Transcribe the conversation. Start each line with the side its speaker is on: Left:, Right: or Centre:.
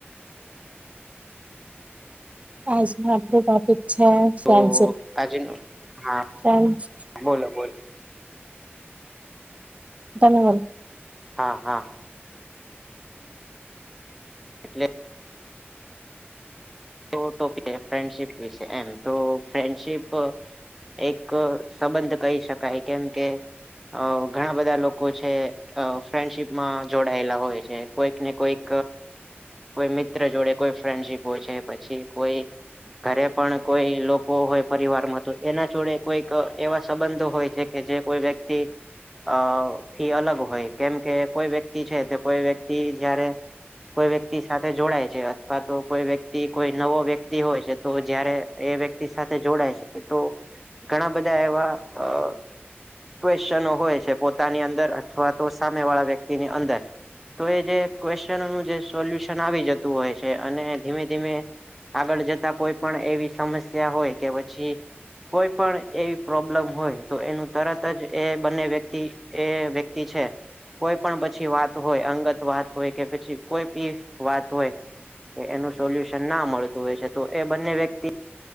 Right: આજનું આપણું ટોપિક છે ફ્રેન્ડશીપ
Centre: તો આજનો હા
Right: ફ્રેન્ડસ
Centre: બોલો બોલો
Right: ધન્યવાદ
Centre: હા હા એટલે તો ટિપિકે ફ્રેન્ડશીપ વિશે એમ તો ફ્રેન્ડશીપ એક સંબંધ કહી શકાય કેમ કે અ ઘણા બધા લોકો છે અ ફ્રેન્ડશીપ માં જોડાયેલા હોય છે. કોઈક ને કોઈક કોઈ મિત્ર જોડે કોઈ ફ્રેન્ડશીપ હોય છે પછી કોઈ ઘરે પણ કોઈ લોકો હોય પરિવારમાં તો એના જોડે કોઈક એવા સંબંધો હોય છે. કે જે કોઈ વ્યક્તિ અહ થી અલગ હોય કેમ કે કોઈ વ્યક્તિ છે તો કોઈ વ્યક્તિ જયારે કોઈ વ્યક્તિ સાથે જોડાય છે અથવા તો કોઈ વ્યક્ તી કોઈ નવો વ્યક્તિ હોય છે તો જયારે એ વ્યક્તિ સાથે જોડાય છે તો ઘણા બધા એવા અહ ક્વેશ્ચનો હોય છે પોતાની અંદર અથવા તો સામે વાળા વ્યક્તિની અંદર. તો એ જે ક્વેશ્ચનોનું જે સોલ્યુશન આવી જતું હોય છે અને ધીમે ધીમે આગળ જતા કોઈ પણ એવી સમસ્યા હોય કે પછી કોઈ પણ એવી પ્રોબ્લમ હોય તો એનું તરત જ એ બંને વ્યક્તિ એ વ્યક્તિ છે કોઈ પણ પછી વાત હોય અંગત વાત હોય કે પછી કોઈ બી વાત હોય કે એનું સોલ્યુશન ના મળતું હોય છે તો એ બંને વ્યક્તિ